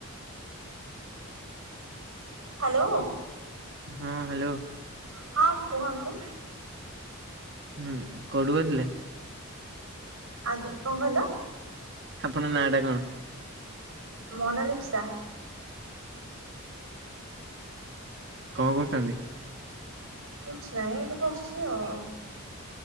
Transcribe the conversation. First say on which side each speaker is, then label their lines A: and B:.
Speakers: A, on the right (about 85°); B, on the right (about 55°).
A: <inaudible> Hello.
B: ହଁ hello
A: ହଁ କୁହନ୍ତୁ
B: ହୁଁ କଉଠୁ କହୁଥୁଲେ?
A: ଆଜ୍ଞା କଣ କହିଲ?
B: ଆପଣଙ୍କ ନାଁ ଟା କଣ?
A: ମୋ ନାଁ ଲିପ୍ସା।
B: କଣ କରୁଛନ୍ତି?
A: କିଛି ନାଇ ଏଇଠି ବସିଛି ଆଉ।